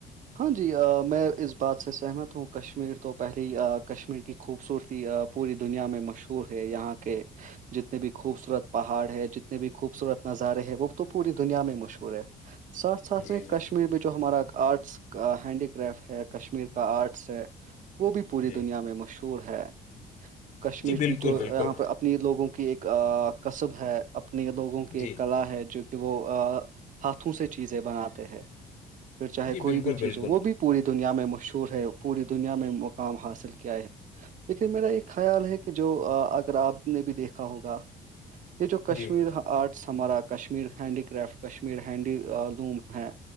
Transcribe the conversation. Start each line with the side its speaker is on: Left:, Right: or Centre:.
Right: ہاں جی میں اس بات سے سہمت ہوں کشمیر تو پہلے ہی کشمیر کی خوبصورتی پوری دنیا میں مشہور ہے یہاں کے جتنے بھی خوبصورت پہاڑ ہے جتنے بھی خوبصورت نظارے ہیں وہ تو پوری دنیا میں مشہور ہے ساتھ ساتھ
Left: جی
Right: میں
Left: جی
Right: کشمیر میں جو ہمارا آرٹس ہینڈی کرافٹ ہے کشمیر کا آرٹس ہے وہ بھی پوری
Left: جی
Right: دنیا میں مشہور ہے کشمیر
Left: جی بالکل
Right: کی جو
Left: بالکل
Right: یہاں پہ اپنی لوگوں کی ایک کصب ہے اپنے لوگوں کی ایک
Left: جی
Right: کلا ہے جو کہ وہ ہاتھوں سے چیزیں بناتے ہیں پھر چاہے
Left: جی
Right: کوئی
Left: بالکل
Right: بھی
Left: بالکل
Right: چیز ہو وہ پوری دنیا میں مشہور ہے پوری دنیا میں مقام حاصل کیا ہے لیکن میرا ایک خیال ہے کہ جو اگر آپ نے بھی دیکھا ہوگا یہ جو کشمیر
Left: جی
Right: آرٹس ہمارا Kashmir handicraft Kashmir handloom ہیں